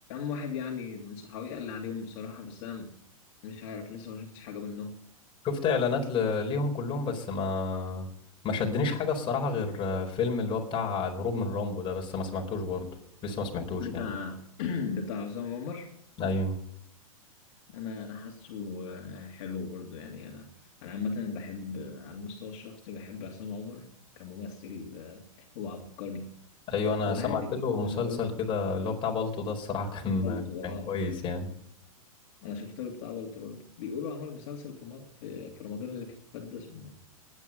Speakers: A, on the left (about 50°); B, on the left (about 30°).
A: واحد يعني من صحابي قال لي عليهم بصراحة بس أنا مش عارف لسه ما شفتش حاجة منهم
B: شفت اعلانات ل- ليهم كلهم بس ما ما شدنيش حاجه الصراحه غير فيلم اللي هو بتاع الهروب من رامبو ده بس ما سمعتوش برضه لسه ما سمعتوش
A: بتاع
B: يعني
A: <clears throat> بتاع عصام عمر
B: ايوه
A: انا انا حاسه آه، حلو برضو يعني انا انا عامه بحب آه، على المستوى الشخصي بحب عصام عمر كممثل آه، هو عبقري
B: ايوه انا
A: وهادي
B: سمعت
A: كده
B: له مسلسل
A: فاهم اللي هو
B: كده اللي هو بتاع بالطو ده الصراحه <laughs> كان
A: بلطو
B: كان
A: اه
B: كويس يعني
A: انا شفت له بتاع بلطو برضو بيقولوا عمل مسلسل في م- في في رمضان اللي فات ده اسمه